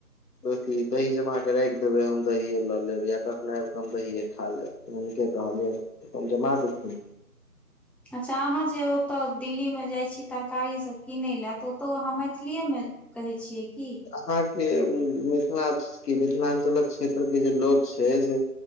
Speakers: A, on the left (about 80°); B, in the centre.
A: अथी दही जमा कऽ राखि देबय हम दही लऽ लेब या कखनो आबि कऽ हम दहीए खा लेब हुनके कहलियनि जमा देथिन
B: अच्छा अहाँ जे ओतय दिल्ली मे जाइ छी तरकारी सभ किनय लए तऽ ओतहु अहाँ मैथिलीए मे कहै छियै की
A: अहाँ के मिथिला के मिथिलाञ्चलक क्षेत्र के जे लोक छै से